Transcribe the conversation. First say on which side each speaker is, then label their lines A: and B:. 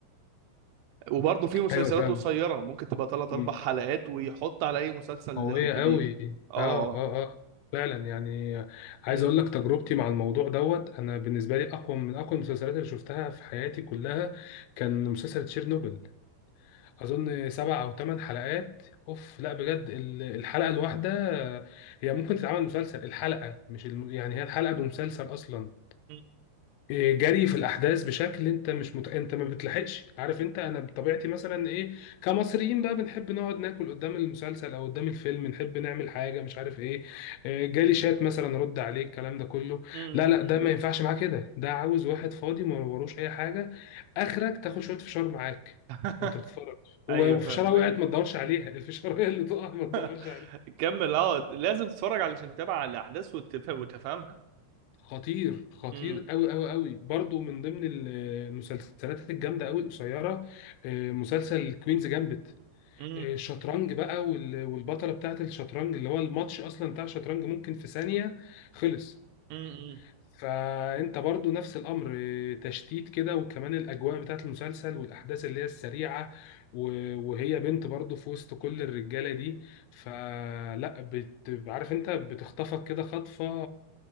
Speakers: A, on the right; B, on the left.
A: وبرضه في مسلسلات
B: ايوه فعلا
A: قصيره ممكن تبقى ثلاث اربع
B: امم
A: حلقات ويحط على اي مسلسل
B: قويه
A: كبير
B: قوي
A: اه
B: اه اه اه فعلا يعني عايز
A: <clears throat>
B: اقول لك تجربتي مع الموضوع دوت انا بالنسبه لي اقوى من اقوى المسلسلات اللي شفتها في حياتي كلها كان مسلسل تشيرنوبل اظن سبع او ثمان حلقات اوف لا بجد ال- الحلقه الواحده هي ممكن تتعمل مسلسل الحلقه مش الم... يعني هي الحلقه بمسلسل اصلا
A: م-
B: جري في الاحداث بشكل انت مش مت... انت ما بتلحقش عارف انت انا بطبيعتي مثلا ايه كمصريين بقى بنحب نقعد ناكل قدام المسلسل او قدام الفيلم نحب نعمل حاجه مش عارف ايه آه، جالي شات مثلا رد عليه الكلام ده كله
A: م-
B: لا لا
A: م.
B: ده ما ينفعش معاه كده ده عاوز واحد فاضي ما وروش اي حاجه اخرك تاخد شويه فشار معاك
A: <laughs>
B: وانت بتتفرج ولو
A: ايوه فاهمك
B: فشاره وقعت ما تدورش عليها <laughs> الفشاره هي اللي تقع ما تدورش
A: <laughs>
B: عليها
A: كمل اه لازم تتفرج علشان تتابع على الاحداث وتف... وتفهمها
B: خطير خطير
A: م-
B: قوي قوي قوي برضو من ضمن ال- المسلسلات الجامده قوي القصيره آه، مسلسل كوينز جامبت
A: م-
B: الشطرنج بقى وال- والبطله بتاعه الشطرنج اللي هو الماتش اصلا بتاع الشطرنج ممكن في ثانيه خلص
A: م- م-
B: فانت برضو نفس الامر آه، تشتيت كده وكمان الاجواء بتاعه المسلسل والاحداث اللي هي السريعه و- وهي بنت برضو في وسط كل الرجاله دي فلا بت... عارف انت بتخطفك كده خطفه